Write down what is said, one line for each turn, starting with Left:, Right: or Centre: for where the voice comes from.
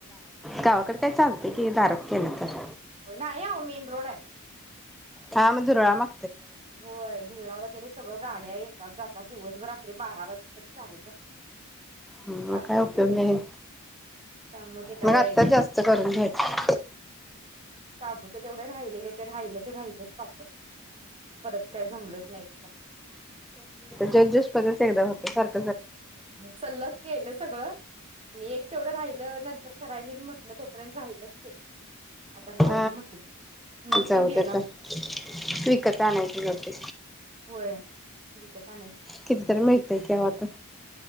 Centre: गावाकडं काय चालतय की दारात केलं तर
Right: नाही आवो मेन रोड हाय
Centre: हा मग धुरळा माग
Right: होय धुरळा वगेरे सगळं गाड्या येतात जातात दिवसभर अस ते बारा वाजल तरी चालुच असतंय
Centre: मग
Right: रात्रअन
Centre: काय उपयोग
Right: दिवस
Centre: नाही
Right: त्यामुळं ते काय
Centre: मग आत्ता जास्त करून घ्यायचं
Right: शाबुच तेवढं राहिलेलं ते राहिलं त राहिलच पापड परत काय जमलच नाही क
Centre: <unintelligible> परत एकदा होतंय करा
Right: सल्लग केलं सगळ आणि एक तेवढं राहिलं नंत तर करायला येईल म्हंटल तोपर्यत राहिलंच ते आता राहू
Centre: ह..
Right: दे म्हटलं ते मूड
Centre: जाऊ
Right: पण गेला
Centre: दे आता विकत आणायच जाऊदे
Right: होय विकत आणाय
Centre: किती तरी मिळतय की आहो आता